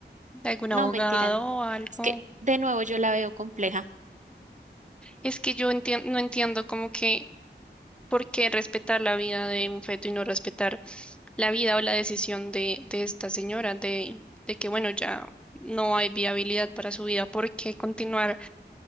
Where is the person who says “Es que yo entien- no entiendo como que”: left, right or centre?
Centre